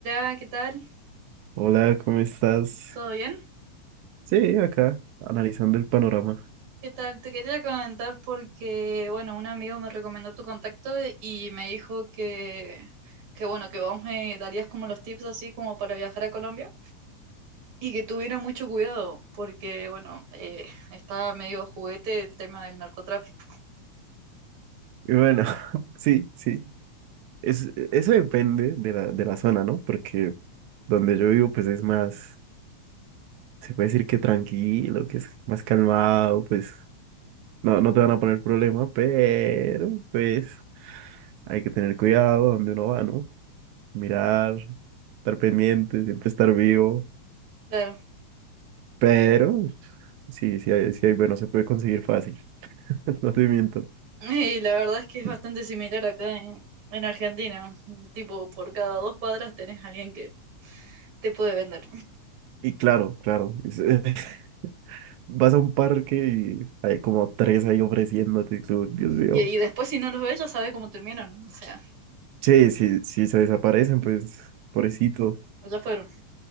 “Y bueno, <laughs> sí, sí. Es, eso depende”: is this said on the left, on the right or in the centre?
Right